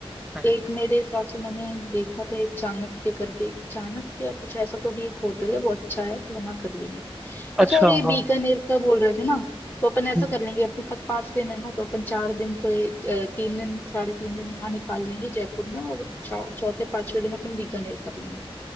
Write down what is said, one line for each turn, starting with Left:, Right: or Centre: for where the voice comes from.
Centre: हम्म।
Left: एक मेरे हिसाब से मैंने देखा था एक चाणक्य करके चाणक्य कुछ ऐसा तो भी एक होटल है वो अच्छा है तो वहां कर लेंगे
Centre: अच्छा
Left: अच्छा और ये
Centre: हाँ
Left: बीकानेर का बोल रहे थे ना तो अपन ऐसा
Centre: हम्म।
Left: कर लेंगे अपने पास पांच दिन है ना तो अपन चार दिन तो ये अ, तीन दिन साढ़े तीन दिन यहाँ निकाल लेंगे जयपुर में और चौ- चौथे पांचवे दिन अपन बीकानेर कर लेंगे